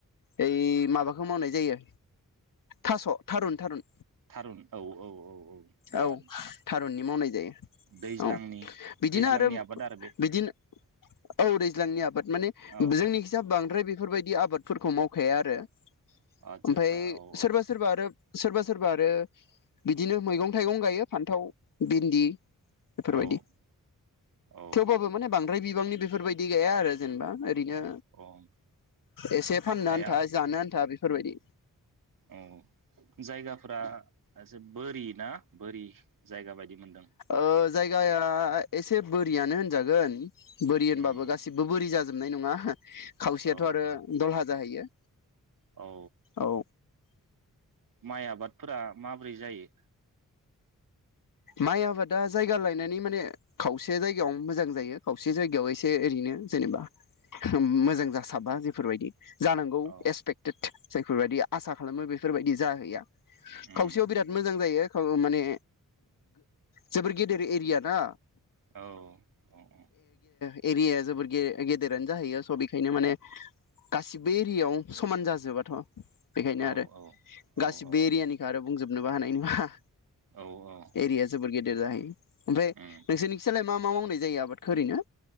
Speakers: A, on the left; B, on the right.
A: ओइ माबाखौ मावनाय जायो थास' थारुन थारुन
B: थारुन औ औ औ दा
A: औ थारुननि मावनाय जायो
B: दैज्लांनि
A: औ बिदिनो
B: दैज्लांनि
A: आरो
B: आबाद बे
A: बिदिनो औ दैज्लांनि आबाद माने
B: औ
A: जोंनिखैजाय
B: औ
A: बांद्राय बे बेफोरबायदि आबादफोरखौ मावखाया आरो
B: आदसा
A: ओमफ्राय
B: आदसा औ
A: सोरबा
B: औ
A: सोरबा आरो सोरबा सोरबा आरो बिदिनो मैगं थाइगं गायो फान्थाव भिन्दि बेफोरबायदि
B: औ औ औ
A: थेवबाबो माने बांद्राय बिबांनि बे फोरबायदि गाया आरो जेनेबा ओरैनो
B: औ उम
A: एसे फाननो
B: हाया
A: आन्था जानो आन्था बे बेफोरबायदि
B: औ जायगाफोरा एसे बोरि ना बोरि जायगा बायदि मोनदों
A: ओ जायगाया एसे बोरियानो होनजागोन बोरि होनबाबो
B: उम
A: गासिबो बोरि जा जोबनाय नङा खावसेयाथ'
B: औ
A: आरो
B: औ
A: दलहा जाहैयो
B: औ
A: औ
B: माइ आबादफोरा माबोरै जायो
A: माइ आबादा जायगा लायनानै माने खावसे जायगायावनो मोजां जायो खावसे जायगायाव एसे ओरैनो जेनेबा मोजां
B: औ
A: जासाबा बेफोरबायदि जानांगौ
B: औ
A: एसपेक्टेड जायफोरबायदि आसा खालामो बेफोरबायदि जाहैया
B: उम
A: खावसेयाव
B: उम
A: बिराद मोजां जायो खौ माने जोबोर गेदेर एरिया ना
B: औ औ औ
A: एरियाया जोबोर गेदेरानो जाहैयो स' बेखायनो माने गासिबो एरियायाव समान जाजोबाथ' बेखायनो
B: औ
A: आरो
B: औ
A: गासिबो एरियानिखौ आरो बुंजोब नोबो हानाय नङा
B: औ औ
A: एरिया जोबोर गेदेर जाहैयो ओमफ्राय
B: उम
A: नोंसोरनिखि सालाय मा मा मावनाय जायो आबादखौ ओरैनो